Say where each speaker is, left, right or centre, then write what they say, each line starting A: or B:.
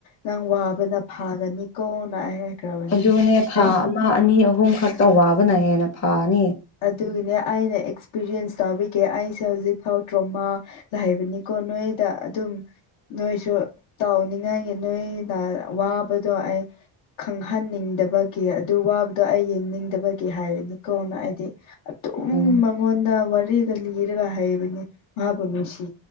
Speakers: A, on the left; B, on the left.
A: ꯅꯪ ꯋꯥꯕꯅ ꯐꯥꯒꯅꯤꯀꯣꯅ ꯑꯩ ꯍꯥꯏꯈ꯭ꯔꯕꯅꯦ
B: ꯑꯗꯨꯅꯦ ꯊꯥ
A: ꯑꯩ
B: ꯑꯃ ꯑꯅꯤ ꯑꯍꯨꯝ ꯈꯛꯇ ꯋꯥꯕꯅꯍꯦꯟꯅ ꯐꯥꯅꯤ
A: ꯑꯗꯨꯒꯤꯅꯦ ꯑꯩꯅ ꯑꯦꯛꯁꯄꯤꯔꯤꯌꯦꯟꯁ ꯇꯥꯕꯤꯒꯦ ꯑꯩꯁꯦ ꯍꯧꯖꯤꯛꯐꯥꯎ ꯗ꯭ꯔꯣꯃꯥ ꯂꯥꯛꯕꯅꯤꯀꯣ ꯅꯣꯏꯗ ꯑꯗꯨꯝ ꯅꯣꯏꯁꯨ ꯇꯥꯎꯅꯤꯡꯉꯥꯏꯒꯤ ꯅꯣꯏꯅ ꯗꯣ ꯑꯩ ꯈꯪꯍꯟꯅꯤꯡꯗꯕꯒꯤ ꯑꯗꯨ ꯋꯥꯕꯗꯣ ꯑꯩ ꯌꯦꯡꯅꯤꯡꯗꯕ ꯀ ꯍꯥꯏꯔꯅꯤꯀꯣꯅ ꯍꯥꯏꯗꯤ ꯑꯗꯨꯝ
B: ꯎꯝ
A: ꯃꯉꯣꯟꯗ ꯋꯥꯔꯤꯒ ꯂꯤꯔꯒ ꯍꯥꯏ ꯍꯥꯏꯕ ꯃꯥꯕꯨ ꯅꯨꯡꯁꯤ